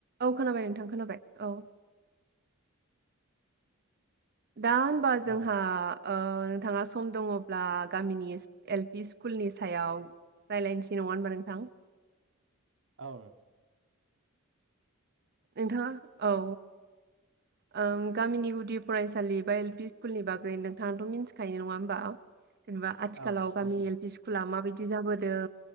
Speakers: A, on the right (about 50°); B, on the right (about 65°).
A: औ खोनाबाय नोंथां। खोनाबाय औ। दा होनबा जोंहा
B: औ
A: ओ नोंथाङा सम दङब्ला गामिनि एल पि स्कुलनि सायाव रायज्लायनोसै नङा होनबा नोंथां।
B: औ
A: नोंथाङा औ ओं गामिनि गुदि फरायसालि बा एल पि स्कुलनि बागै नोंथाङाथ' मिथिखायो नङा होमबा? जेनेबा आथिखालाव
B: औ
A: गामि
B: मिथिगौ
A: एल पि स्कुला माबायदि। बि जाबोदों